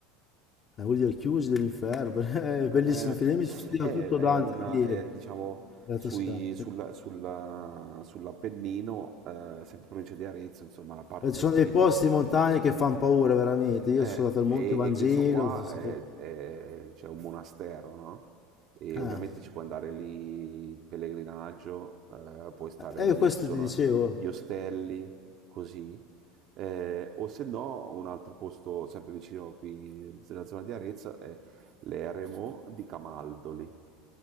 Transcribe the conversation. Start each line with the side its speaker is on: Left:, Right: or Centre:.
Left: Eh, Vuol dire chiusi dell'inferno, <laughs> perché è
Right: Eh,
Left: bellissimo film. Mi sono studiato
Right: è, è
Left: tutto Dante
Right: una,
Left: ieri,
Right: è, diciamo,
Left: della
Right: sui,
Left: Toscana.
Right: sulla- sulla- sull'Appennino, eh, sempre provincia di Arezzo, insomma, la parte
Left: Eh, ci sono dei
Right: lì
Left: posti
Right: che...
Left: in montagna che fanno paura, veramente. Io
Right: Eh,
Left: sono andato
Right: e,
Left: al Monte Vangelo,
Right: e questo qua
Left: tutte queste
Right: è,
Left: cose.
Right: è- c'è un monastero, no? E
Left: Ah,
Right: ovviamente ci puoi andare lì in pellegrinaggio, eh, puoi stare
Left: e eh, io
Right: lì,
Left: questo
Right: ci sono
Left: ti dicevo.
Right: gli ostelli, così. Eh, o se no, un altro posto sempre vicino qui nella zona di Arezzo è l'eremo di Camaldoli.